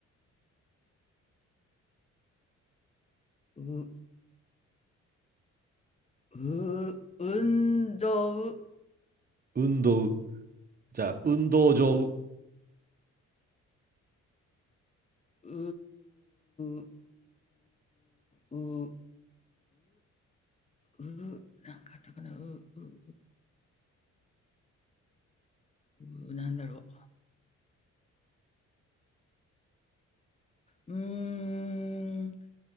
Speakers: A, on the left; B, on the right.
A: う、う、運動。う、
B: 運動う、じゃあ、運動場う。
A: う、う、う、う、う、なんかあったかな。う、う、う、う、う、なんだろう。うーん、